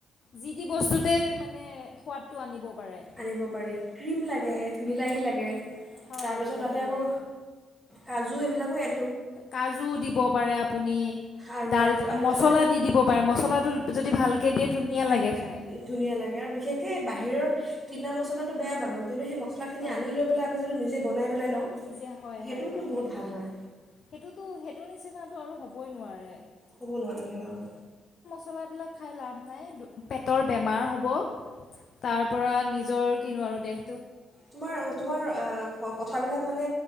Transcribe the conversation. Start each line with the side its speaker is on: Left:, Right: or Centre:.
Left: যি টি বস্তুতে মানে সোৱাদটো আনিব পাৰে
Centre: আনিব পাৰি ক্ৰীম লাগে
Left: হয়
Centre: বিলাহী লাগে
Left: হয়
Centre: তাৰপিছত
Left: বিলাহী
Centre: তাতে আকৌ।
Left: লাগে
Centre: কাজু এইবিলাক এ
Left: কাজু দিব পাৰে আপুনি
Centre: আৰু
Left: ডাল
Centre: আৰু আৰু
Left: মছলা
Centre: এটা
Left: দি দিব পাৰে মছলাটো। যদি ভালকৈ দিয়ে ধুনীয়া লাগে খাই
Centre: ধুনীয়া লাগে আৰু বিশেষকে বাহিৰৰ কিনা মচলাটো বেয়া বাৰু কিন্তু সেই মছাখিনি
Left: হয়
Centre: আনি লৈ পেলাই আমি যদি নিজে। বনাই পেলাই লওঁ
Left: নিজে হয়
Centre: সেইটোতো
Left: হয় হয়
Centre: বহুত
Left: সেইটো
Centre: ভাল হয়
Left: সেইটোতো সেইটো নিচিনাটো আৰু হ'বই নোৱাৰে।
Centre: হ'ব নোৱাৰে অঁ
Left: মচলাবিলাক খাই লাভ নাই পেটৰ বেমাৰ হ'ব। তাৰ পৰা নিজৰ কিনো আৰু দেহ
Centre: তোমাৰ-তোমাৰ কথাবিলাক মানে